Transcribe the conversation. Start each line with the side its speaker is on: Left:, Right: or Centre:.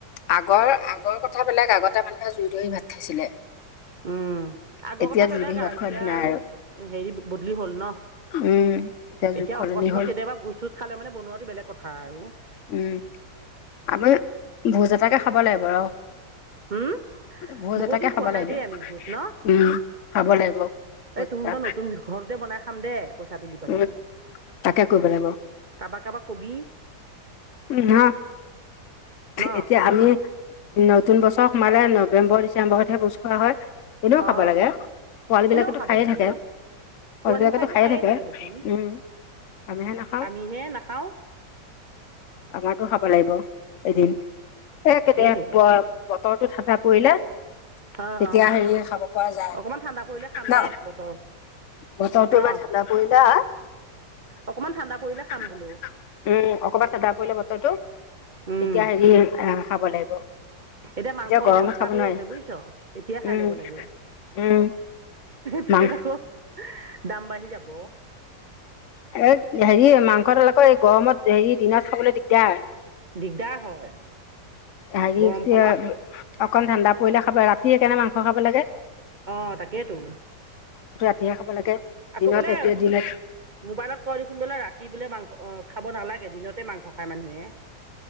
Left: আগৰ আগৰ কথা বেলেগ আগতে মানুহে জুই ধৰি ভাত খাইছিলে।
Right: উম, আগৰ
Left: এতিয়া
Right: কথা বেলেগ
Left: জুই ধৰি
Right: আৰু
Left: ভাত
Right: এতিয়া
Left: খোৱা দিন নাই
Right: আৰু হেৰি বদলি হ'ল ন,
Left: উম, যুগ
Right: এতিয়া
Left: সলনি
Right: অকস্মাত
Left: হ'ল।
Right: কেতিয়াবা ভোজ চোজ খালে মানে বনোৱাটো বেলেগ কথা আৰু।
Left: উম। আমি ভোজ এটাকে খাব লাগিব ৰ'।
Right: হুম,
Left: ভোজ
Right: বহুত
Left: এটাকে
Right: দিন
Left: খাব
Right: খোৱা
Left: লাগিবে
Right: নাই দেই আমি ভোজ ন
Left: উম, খাব লাগিব ভোজ
Right: এই তহঁতৰ
Left: এটা
Right: নতুন ঘৰটোতে বনাই খাম দে পইচাটো দি পেলাই
Left: উম, তাকে কৰিব লাগিব ৰা
Right: কাৰোবাক কাৰোবাক কবি
Left: উম, হ
Right: ন
Left: এতিয়া আমি নতুন বছৰ মানে নৱেম্বৰ ডিচেম্বৰতহে ভোজ খোৱা হয়। এনেও
Right: অ
Left: খাব লাগে পোৱালবিলাকটো
Right: এনেও খাব
Left: খায়ে
Right: লাগে
Left: থাকে পোৱালবিলাকেটো
Right: পোৱালি মুখাইটো
Left: খায়ে থাকে
Right: দেখোন
Left: উম, আমিহে নাখাওঁ।
Right: আমিহে নাখাওঁ
Left: আমাৰটো খাব লাগিব এদিন। একে
Right: তাকেইতো।
Left: দে পুৱা বত তৰটো থাকা পৰিলে।
Right: অ
Left: তেতিয়া
Right: অ
Left: হেৰি খাব পৰা যায়
Right: অকমান ঠাণ্ডা পৰিলে খাম
Left: ন,
Right: দে বতৰ
Left: বছৰটো
Right: ন
Left: ইবাৰ ঠাণ্ডা পৰিলা উম,
Right: অকমান ঠাণ্ডা পৰিলে খাম বোলো
Left: অকমান ঠাণ্ডা পৰি এ বতৰটো
Right: উম
Left: তেতিয়া হেৰি অ' খাব লাগিব
Right: এতিয়া মাংস
Left: গৰমত
Right: সস্তা
Left: খাব
Right: হৈয়ে
Left: নোৱাৰি
Right: আছে বুজিছ এতিয়াই খাই
Left: উম
Right: ল'ব লাগে
Left: উম
Right: পিছত
Left: মাংস
Right: আকৌ দাম বাঢ়ি যাব
Left: এ- হেৰি মাংস ডাল আকৌ এই গৰমত হেৰি দিনত খাবলৈ দিগদাৰ।
Right: দিগদাৰ হয়।
Left: হৰিছে
Right: গৰমখনত
Left: <unintelligible> অকণমান ঠাণ্ডা পৰিলে খাব, ৰাতিয়ে সেইকাৰণে মাংস খাব লাগে।
Right: অউ তাকেইতো।
Left: ধঠিয়ীয়া <unintelligible> খাব লাগে।
Right: আকৌ
Left: দিনত
Right: বোলে
Left: সেইটোৱে দিনত
Right: মবাইলত কয় দেখোন বোলে ৰাতি বোলে মাংস খাব নালাগে দিনতে মাংস খায় মানুহে।